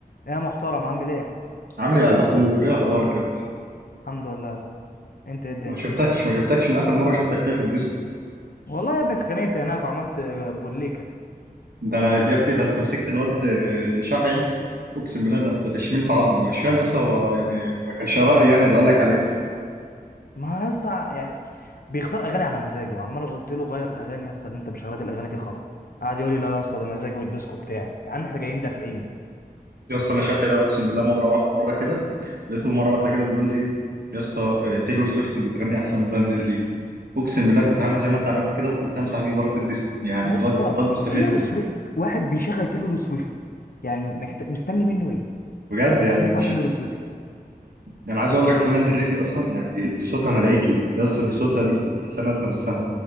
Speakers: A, on the left; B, on the right.
A: يا محترم عامل ايه
B: عامل ايه يا قلب اخوك ايه اخبارك انت
A: الحمد لله انت ايه الدنيا
B: ما شفتكش ما شفتكش من اخر مره شفتك فيها في الديسكو
A: والله يا ابني اتخانقت هناك وعملت بوليكا
B: ده انا يا ابني ده انت مسكت الواد شافعي اقسم بالله ده انت ده شملت عظمه انا مش فاهم يس هو يعني ما كانش رأي يعني اللي قال لك عليه ده
A: ما يا اسطى يعني بيختار اغاني على مزاجه وعمال قلت له غير الاغاني يا اسطى اللي انت مش راضي الاغاني دي خرا قعد يقول لي لا يا اسطى ده مزاجي والديسكو بتاعي يا عم احنا جايين دافعين
B: يس انا شافعي ده اقسم بالله مره مره كده لقيته مره واحده كده بيقول لي يس تايلور سويفت بتغني احسن من لانا ديل ري اقسم بالله كنت هعمل زي ما انت عملت كده وكنت همسح بيه بره الديسكو يعني
A: يا
B: الواد
A: اسطى
B: الواد مستفز
A: تيلور سويفت واحد بيشغل تيلور سويفت يعني محت... مستني منه ايه
B: بجد يعني
A: واحد بيسمع
B: مش
A: تيلور سويفت
B: يعني عايز اقول لك لانا ديل ري دي اصلا يعني دي, دي صوتها ملائكي يس دي صوتها دي, دي تحسها نازله من السما